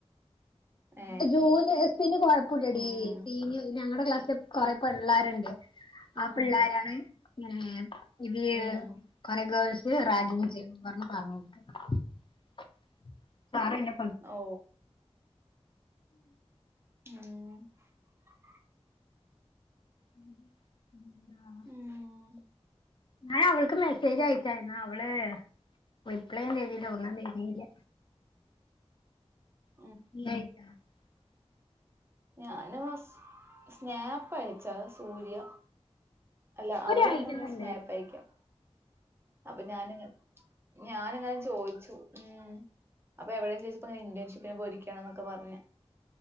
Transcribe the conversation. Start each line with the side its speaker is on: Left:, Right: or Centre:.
Right: ഏ
Left: ഞ ജൂനിഎയ്സിന്ന് കൊഴപ്പല്ലടീ
Right: ഉം
Left: സീന ഞങ്ങളെക്ലാസ്സ്. കൊറെ പിള്ളേരുണ്ട് ആ
Right: ഉം
Left: പിള്ളോരാണ് ഇങ്ങനെ ഇത്
Right: ഉം
Left: കൊറെ ഗേൾസ് റാഗിങ്
Right: ഉം
Left: ചെയ്തുഎന്ന് പറന്ന് <unintelligible> സാർ എന്നെ
Right: ഓ ആഹ
Left: ഉം ഉം ന്താ.
Right: ഉം
Left: ഞൻ അവൾക്ക് മെസ്സേജ് അയച്ചായിരുന്നു അവള് റിപ്ലയും തർന്നില്ല <unintelligible> വേർന്നില്ല.
Right: ഉം
Left: <unintelligible>
Right: ഞാന് സ്നാപ്പ് അയച്ചാ സൂര്യ അല്ല
Left: ഇവര്
Right: അവളൊന്നും
Left: അയക്കുന്നുണ്ട്
Right: സ് ന്നേപ്പയക്കാം അപ്പൊ ഞാനങ്ങ ഞാനങ്ങനെ ചോയിച്ചു ഉം അപ്പൊ എവിടെന്ന് ചോച്ചപ്പപ്പോെ ഇന്റേൺഷിപ്പിനെ പോയിരിക്കാന്ന് പറഞ്